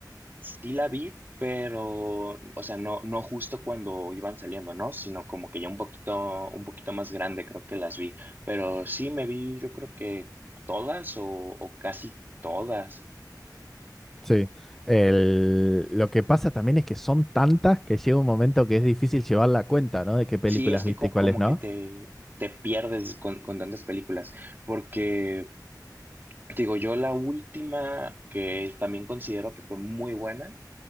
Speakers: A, on the right; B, in the centre.
A: Sí la vi, pero, o sea, no, no justo cuando iban saliendo, ¿no? Sino como que ya un poquito, un poquito más grande creo que las vi. Pero sí me vi, yo creo que todas o, o casi todas.
B: Sí, El- lo que pasa también es que son tantas que llega un momento que es difícil llevar la cuenta, ¿no? De qué películas
A: Sí, es que
B: viste
A: co-
B: y cuáles
A: como
B: no.
A: que te, te pierdes con, con tantas películas. Porque, digo, yo la última que también considero que fue muy buena